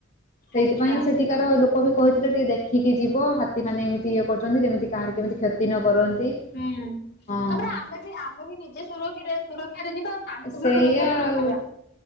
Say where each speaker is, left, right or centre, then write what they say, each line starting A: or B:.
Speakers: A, on the left (about 40°); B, on the left (about 55°).
A: ସେଇଥିପାଇଁ
B: ଆଚ୍ଛା
A: ସେଠୀ ସେଠିକାର ଲୋକ ବି କହିଥିଲେ ଟିକେ ଦେଖିକି ଯିବ ହାତୀମାନେ ଏମିତି ଇଏ କରୁଚନ୍ତି ଯେମିତି କାହାର କେମିତି କ୍ଷତି ନ କରନ୍ତି।
B: ହୁଁ
A: ହଁ
B: ତାପରେ ଆମେ ବି ଆମେ ବି ନିଜେ ସୁରଖି ସୁରକ୍ଷାରେ ଯିବା ଆଉ। ତାଙ୍କୁ
A: ସେଇଆ
B: ବି ସୁରକ୍ଷାରେ ରଖିବା।
A: ଆଉ